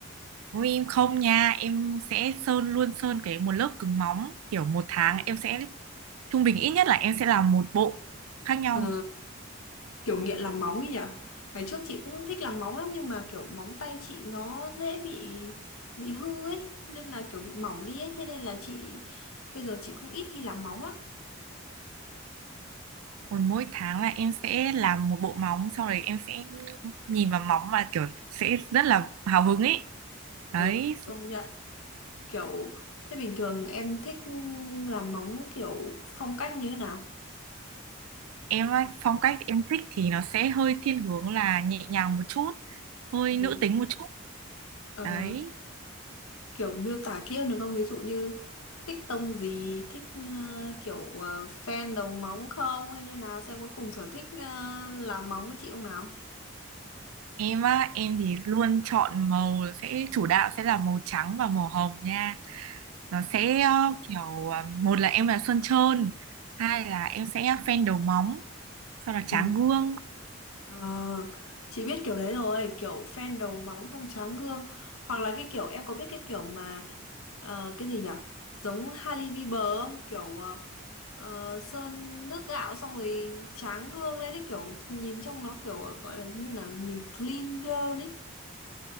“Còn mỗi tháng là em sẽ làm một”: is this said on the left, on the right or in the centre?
Right